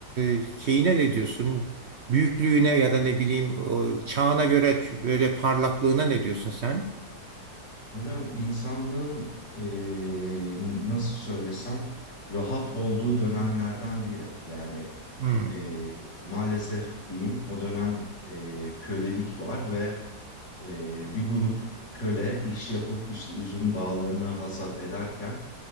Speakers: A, on the right (about 55°); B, on the left (about 80°).
A: e, şeyine ne diyorsun? Büyüklüğüne ya da ne bileyim o çağına göre böyle parlaklığına ne diyorsun sen?
B: Hocam insanlığın eee, nasıl söylesem rahat olduğu dönemlerden biri. Yani
A: Hmm.
B: eee, maalesef diyeyim o dönem eee, kölelik var ve eee, bir grup köle iş yapıp işte üzüm bağlarını hasat ederken